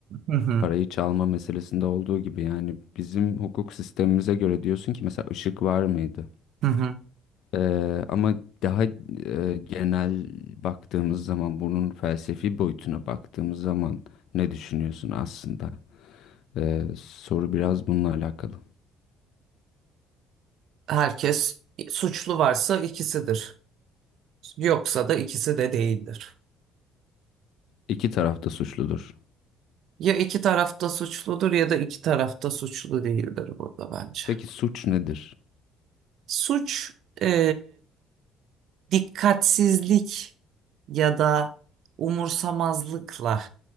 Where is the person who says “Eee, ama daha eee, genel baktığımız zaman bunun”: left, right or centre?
Left